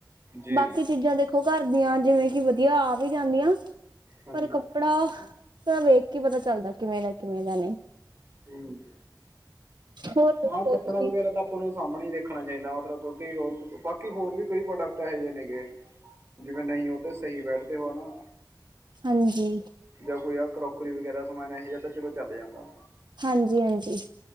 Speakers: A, on the right; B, on the right.
A: ਜੀ
B: ਬਾਕੀ ਚੀਜ਼ਾਂ ਦੇਖੋ ਘਰ ਦੀਆਂ ਜਿਵੇਂ ਕਿ ਵਧੀਆ ਆ ਵੀ ਜਾਂਦੀਆਂ।
A: ਹਾਂਜੀ
B: ਪਰ ਕੱਪੜਾ ਸਾਰਾ ਵੇਖ ਕੇ ਪਤਾ ਚੱਲਦਾ ਕਿਵੇਂ ਦਾ ਕਿਵੇਂ ਦਾ ਨਹੀਂ!
A: ਹੂੰ
B: ਹੋਰ ਦੱਸੋ
A: ਹਾਂ ਕੱਪੜਾ
B: ਤੁਸੀਂ
A: ਵਗੈਰਾ ਤਾਂ ਆਪਾਂ ਨੂੰ ਸਾਹਮਣੇ ਹੀ ਦੇਖਣਾ ਚਾਹੀਦਾ ਮਤਲਬ ਕਿਉਂਕਿ ਬਾਕੀ ਹੋਰ ਵੀ ਕੋਈ ਪ੍ਰੋਡਕਟ ਇਹੋ ਜਿਹੇ ਨੇਗੇ ਜਿਵੇਂ ਨਹੀਂ ਉਹ ਤਾਂ ਸਹੀ ਬੈਠਦੇ ਹੋ ਨਾ।
B: ਹਾਂਜੀ
A: ਜਾਂ ਕੋਈ ਆ ਕਰੋਕਰੀ ਵਗੈਰਾ ਸਮਾਨ ਇਹੋ ਆ ਤਾਂ ਚਲੋ ਚੱਲ ਜਾਂਦਾ
B: ਹਾਂਜੀ ਹਾਂਜੀ।